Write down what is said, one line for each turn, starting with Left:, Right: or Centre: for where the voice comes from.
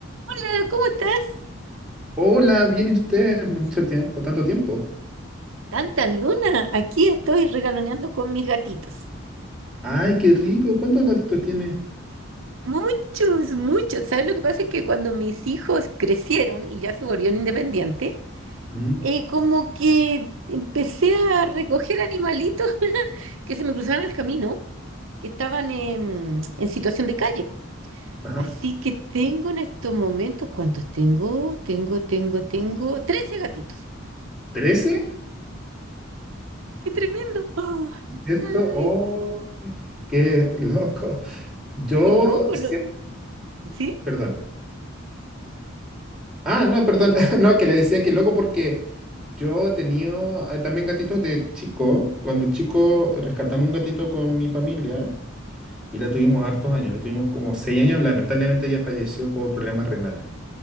Right: Hola, ¿cómo estás?
Centre: Hola, ¿viene usted? <laughs> Mucho tiempo, tanto tiempo.
Right: Tanta luna. Aquí estoy regaloneando con mis gatitos.
Centre: Ay, qué rico. ¿Cuántos gatitos tiene?
Right: Muchos, muchos. ¿Sabes lo que pasa? Es que cuando mis hijos crecieron y ya se volvieron independientes,
Centre: Mm,
Right: eh, como que empecé a recoger animalitos <laughs> que se me cruzaban el camino, que estaban em, en situación de calle.
Centre: Ajá.
Right: Así que tengo en estos momentos, ¿cuántos tengo? Tengo, tengo, tengo 13 gatitos.
Centre: ¿Trece?
Right: ¡Qué tremendo! ¡Ah!
Centre: ¿Cierto? Oh,
Right: ¡Ay,
Centre: qué loco. Yo
Right: qué loco!
Centre: siempre...
Right: lo- ¿Sí?
Centre: Perdón. Ah, no, perdón. <laughs> No, que le decía que loco porque yo tenía eh, también gatitos de chico. Cuando chico rescatamos un gatito con mi familia y la tuvimos hartos años. La tuvimos como seis años. Lamentablemente ella falleció por problemas renales.